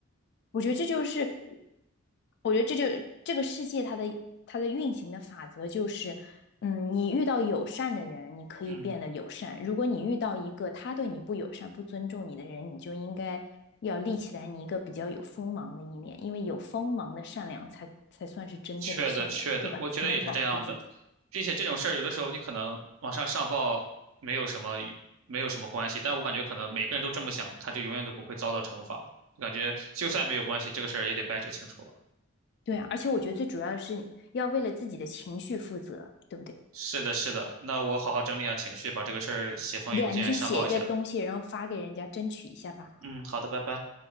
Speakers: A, on the left; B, on the right.
A: 我觉得这就是，我觉得这就这个世界它的它的运行的法则就是，嗯，你遇到友善的人，你可以变得友善；
B: 嗯。
A: 如果你遇到一个他对你不友善、不尊重你的人，你就应该要立起来你一个比较有锋芒的一面，因为有锋芒的善良才才算是真正的善良，
B: 确的，确的，
A: 对吧？
B: 我觉得也是这样的，
A: 才能保护自己。
B: 并且这种事儿有的时候你可能往上上报没有什么没有什么关系，但我感觉可能每个人都这么想，他就永远都不会遭到惩罚。感觉就算没有关系，这个事儿也得掰扯清楚了。
A: 对啊，而且我觉得最主要的是要为了自己的情绪负责，对不对？
B: 是的，是的，那我好好整理一下情绪，把这个事儿写封邮件上报一下。
A: 呀，你去写一个东西，然后发给人家，争取一下吧。
B: 嗯，好的，拜拜。